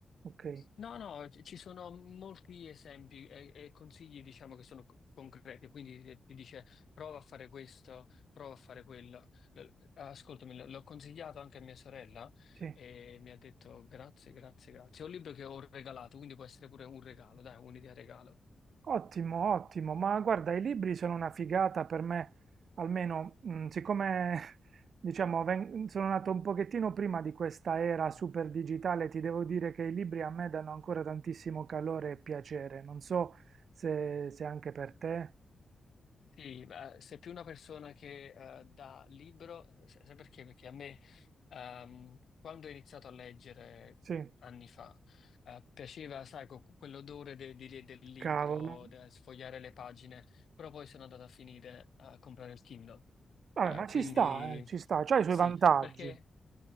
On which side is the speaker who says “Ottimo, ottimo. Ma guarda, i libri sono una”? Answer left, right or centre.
Right